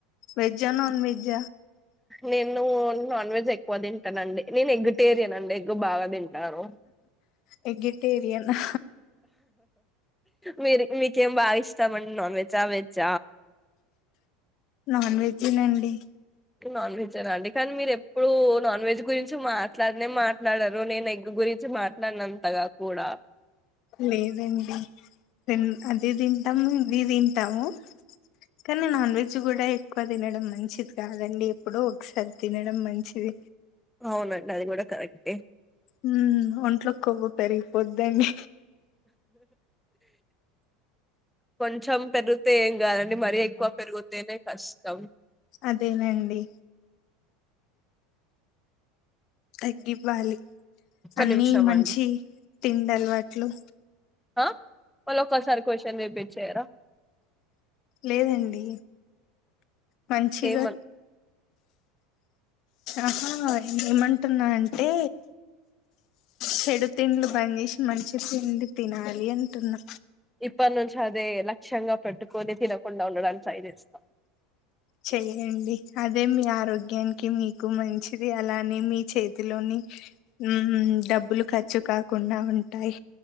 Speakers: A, on the left (about 55°); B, in the centre.
A: వెజ్జా నాన్ వెజ్జ
B: నేను నాన్ వెజ్ ఎక్కువ తింటాను అండి. నేను ఎగ్ టేరియన్ అండి. ఎగ్ బాగా తింటా యార్
A: వెజిటేరియనా
B: మీర్ మీకు ఎం బాగా ఇష్టం అండి నాన్ వెజ్జా వెజ్జ
A: నాన్ వెజ్జే నండి.
B: నాన్ వెజ్జేనా అండి. కానీ మీరు ఎప్పుడు నాన్ వెజ్జ్ గురించి మాట్లాడినే మాట్లాడరు. నేను ఎగ్ గురించి మాట్లాడిన అంతగా కూడా
A: లేదండి. తిమ్ అది తింటాము ఇది తింటాము కానీ నాన్ వెజ్ కూడా ఎక్కువ తినడం మంచిది కాదండి. ఎప్పుడో ఒకసారి తినడం మంచిది.
B: అవునండి అది కూడా కరెట్టే
A: హ్ ఒంట్లో కొవ్యు పెరిగిపోద్దండి.
B: కొంచెం పెరూగుతే ఏం కాదండి. మరీ ఎక్కువ పెరిగుతేనే కష్టం.
A: అదేనండి అగ్గి పలి
B: ఒక్క
A: అన్ని
B: నిమిషం
A: మంచి
B: అండి
A: తిండి అలవాట్లు
B: ఆ మాళ్ళ ఒక్కసారి క్వశ్చన్ రపిట్ చేయరా
A: లేదండి. మంచిగా
B: ఏమన్
A: ఆహా ఏమంటున్నా అంటే చెడు తిండ్లు బందు చేసి మంచి తిండి తినాలి. అంటున్నా
B: అప్పటి నుంచి అదే లక్ష్యంగా పెట్టుకొని తినకుండా ఉండడానికి ట్రై చేస్తా
A: చెయ్యండి. అదే మీ ఆరోగ్యానికి మీకు మంచిది అలానే మీ చేతిలోని ఉ డబ్బులు ఖర్చు కాకుండా ఉంటాయి.